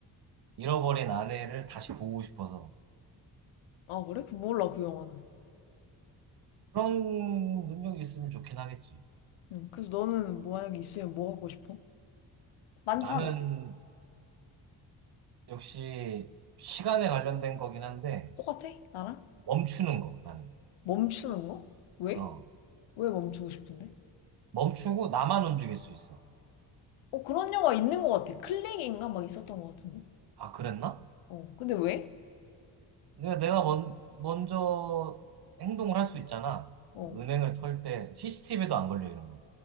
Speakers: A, on the right; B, on the left.
A: 잃어버린 아내를 다시 보고 싶어서.
B: 아, 그래? 그 몰라, 그 영화는.
A: 그런 능력이 있으면 좋긴 하겠지.
B: 응. 그래서 너는 만약에 있으면 뭐 하고 싶어? 많잖아.
A: 나는 역시 시간에 관련된 거긴 한데
B: 똑같아? 나랑?
A: 멈추는 거 나는
B: 멈추는 거? 왜?
A: 어
B: 왜 멈추고 싶은데?
A: 멈추고 나만 움직일 수 있어
B: 어, 그런 영화 있는 것 같아. 클릭인가 막 있었던 것 같은데.
A: 아 그랬나?
B: 어, 근데 왜?
A: 내가 내가 먼, 먼저 행동을 할 수 있잖아
B: 어.
A: 뭐 은행을 털 때 CCTV도 안 걸려 이런 건